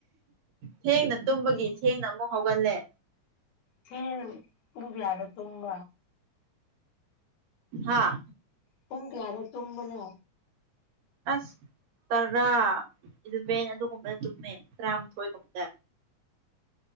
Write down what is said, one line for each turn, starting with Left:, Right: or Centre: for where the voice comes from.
Right: ꯊꯦꯡꯅ ꯇꯨꯝꯕꯒꯤ
Left: ꯊꯦꯡ
Right: ꯊꯦꯡꯅ ꯑꯃꯨꯛ ꯍꯧꯒꯠꯂꯦ
Left: ꯊꯦꯡ ꯄꯨꯡ ꯀꯌꯥꯗ ꯇꯨꯝꯕ꯭
Right: ꯍꯥꯥ
Left: ꯄꯨꯡ ꯀꯌꯥꯗ ꯇꯨꯝꯕꯅꯣ
Right: ꯑꯁ ꯇꯔꯥ ꯏꯂꯦꯚꯦꯟ ꯑꯗꯨꯒꯨꯝꯕꯗ ꯇꯨꯝꯃꯦ ꯇꯔꯥꯃꯥꯊꯣꯏꯒꯨꯝꯕꯗ